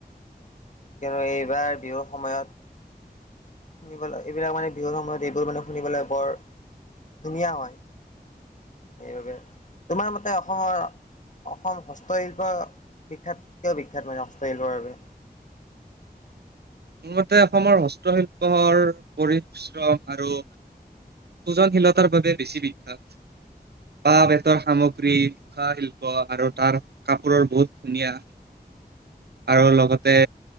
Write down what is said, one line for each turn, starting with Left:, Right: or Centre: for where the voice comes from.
Left: কিয়নো এইবাৰ বিহুৰ সময়ত। শুনিবলৈ এইবিলাক মানে বিহুৰ সময়ত এইবোৰ মানে শুনিবলৈ বৰ ধুনীয়া হয় সেইবাবে তোমাৰ মতে। তাতে অসমৰ অসম হস্তশিল্প বিখ্যাত কিয় বিখ্যাত মানে হস্তশিল্পৰ বাবে?
Right: মোৰ মতে অসমৰ হস্তশিল্পৰ পৰিশ্ৰম আৰু ওজনশীলতাৰ বাবে বেছি বিখ্যাত বাঁহ বেতৰ সামগ্ৰী। কাঁহ শিল্প আৰু তাৰ কাপোৰো বহুত ধুনীয়া। আৰু লগতে